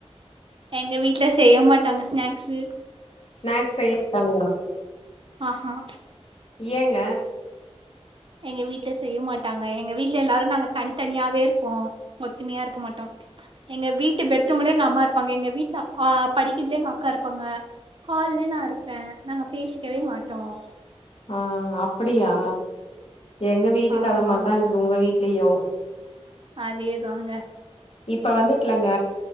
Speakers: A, on the right; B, on the left.
A: எங்க வீட்டுல செய்ய மாட்டாங்க ஸ்நாக்ஸு
B: ஸ்நாக்ஸ் செய்யட்டாங்களா
A: ஆஹா
B: ஏங்க
A: எங்க வீட்டுல செய்ய மாட்டாங்க எங்க வீட்டுல எல்லாரும் நாங்க தனித்தனியாவே இருப்போம் ஒற்றுமையா இருக்க மாட்டோம் எங்க வீட்டு பெட்ரூம்ல எங்க அம்மா இருப்பாங்க எங்க வீட்டுல படிக்கட்டுல எங்க அக்கா இருப்பாங்க ஹால்ல நான் இருப்பேன் நாங்க பேசிக்கவே மாட்டோம்
B: ஆஹ் அப்படியா எங்க வீட்டு
A: ஆமா
B: கதை மாரிதான் இருக்குது உங்க வீட்லயும்
A: அதேதாங்க
B: இப்ப வந்துட்லங்க